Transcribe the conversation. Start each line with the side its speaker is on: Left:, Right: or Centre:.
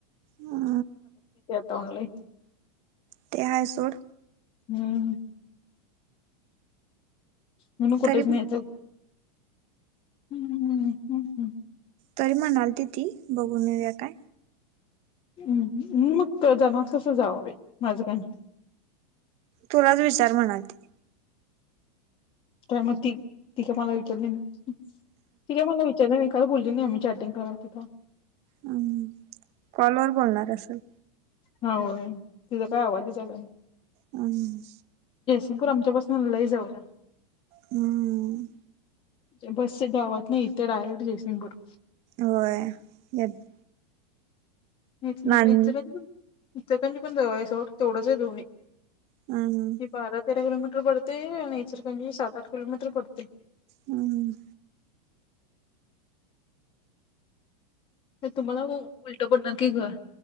Right: हम.
Left: ट ऑनलाइन.
Right: ते हाय सोड.
Left: हम्म. म्हणून कुठेच
Right: तरी
Left: न्यायचं हम्म, हम्म, हम्म, हम्म, हम्म.
Right: तरी म्हणालती ती बघून नेऊया काय?
Left: हम्म, मग जाणार तसं तर जावा बाई माझं काय नाही.
Right: तुलाच विचार म्हणाली ती.
Left: काय मग ती ती काय मला विचारली नाही. ती काय मला विचारलं नाही काय बोलली? <unintelligible> आम्ही चॅटिंग करालतो तवा.
Right: हम्म, कॉलवर बोलणार असल.
Left: हां होय तिचा काय आवाजच आला नाही.
Right: हम्म.
Left: <unintelligible> आमच्या पासन लई जवळ आहे.
Right: हम्म.
Left: एक बस आहे गावातली इथे डायरेक्ट जयसिंगपूर.
Right: होय. <unintelligible>
Left: इचन
Right: नान
Left: <unintelligible> इचलकरंजी पण जवळ आहे सोड, तेवढंच आहे दोन्ही.
Right: हम्म, हम्म
Left: ही बारा तेरा किलोमीटर पडतंय आणि इचलकरंजी सात-आठ किलोमीटर पडतंय.
Right: हम्म.
Left: तर तुम्हाला ते उलट पडणार की गं.